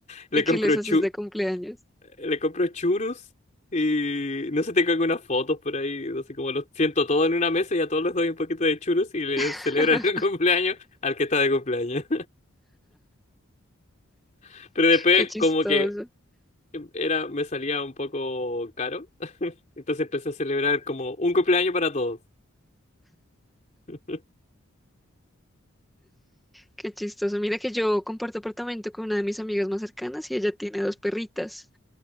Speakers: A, on the left; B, in the centre.
A: le
B: ¿Y
A: compro
B: qué les
A: chu-
B: haces de cumpleaños?
A: le compro churros y no sé, tengo algunas fotos por ahí, no sé, como los siento todos en una mesa y a todos les doy un poquito de churros y le
B: <laughs>
A: celebran el <laughs> cumpleaños al que está de cumpleaños. <laughs> Pero después
B: Qué chistoso,
A: como que era, me salía un poco caro, <laughs> entonces empecé a celebrar como un cumpleaños para todos. <laughs>
B: qué chistoso. Mira que yo comparto apartamento con una de mis amigas más cercanas y ella tiene dos perritas.